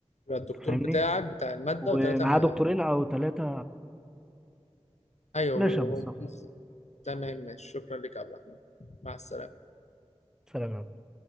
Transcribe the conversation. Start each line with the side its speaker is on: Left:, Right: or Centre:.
Left: يبقى الدكتور
Centre: أنت فاهمني؟
Left: بتاعك بتاع الماده
Centre: ومعاه
Left: وثلاثه معاه
Centre: دكتورين أو ثلاثة
Left: ايوه
Centre: ماشي
Left: بيبقوا
Centre: يا مصطفى
Left: هم مخ... تمام ماشي شكرا لك يا عبد الرحمن مع السلامه
Centre: سلام يا عم.